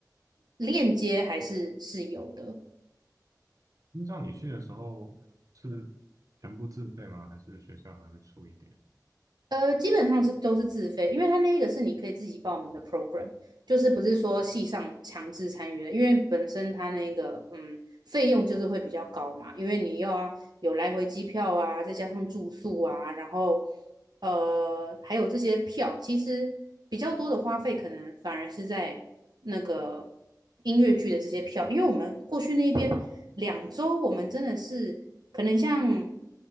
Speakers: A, on the right; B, on the right.
A: 链接还是是有的。
B: 那像你去的时候是全部自费吗？还是学校还会出一点？
A: 呃，基本上是都是自费，因为它那个是你可以自己报名的 program，就是不是说系上强制参与的，因为本身它那个嗯费用就是会比较高嘛，因为你又要有来回机票啊，再加上住宿啊，然后呃还有这些票，其实比较多的花费可能反而是在那个音乐剧的这些票，因为我们过去那边两周，我们真的是可能像